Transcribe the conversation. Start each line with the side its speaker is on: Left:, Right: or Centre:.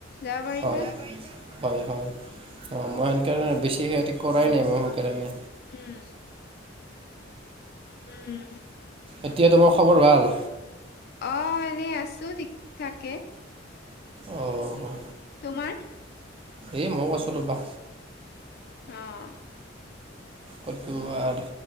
Left: যাব পাৰিবা
Right: হয় হয় হয় হয়, অঁ মই আন কাৰণে বেছি সিহঁতি কৰাই নাই মই সেইকাৰণে।
Left: উম' উম'
Right: এতিয়া তোমাৰ খবৰ ভাল?
Left: অঁ এনেই আছোঁ ঠিক থাকে।
Right: অঁ হ।
Left: তোমাৰ?
Right: এই মও কছো ৰ'বা।
Left: অঁ'
Right: কতোৱাৰ